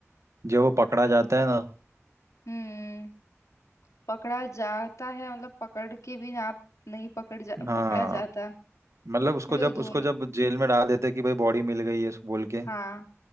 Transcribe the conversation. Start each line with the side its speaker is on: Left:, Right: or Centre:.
Right: जब वो पकड़ा जाता है ना
Left: हम्म पकड़ा जाता है मतलब पकड़ के भी आप नहीं पकड़ जा
Right: हाँ
Left: पकड़ा जाता
Right: मतलब उसको
Left: मतलब
Right: जब
Left: दोनों
Right: उसको जब जेल में डाल देते हैं कि भाई बॉडी मिल गई है बोल के
Left: हाँ